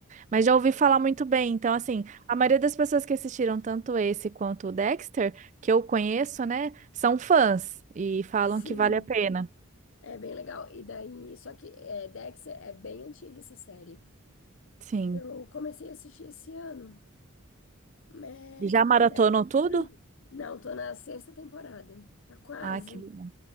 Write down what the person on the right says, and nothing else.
Mas já ouvi falar muito bem. Então, assim, a maioria das pessoas que assistiram tanto esse quanto o Dexter, que eu conheço, né, são fãs e falam
que vale a pena.
Sim.
E Já maratonou
tudo?
Ah, que legal.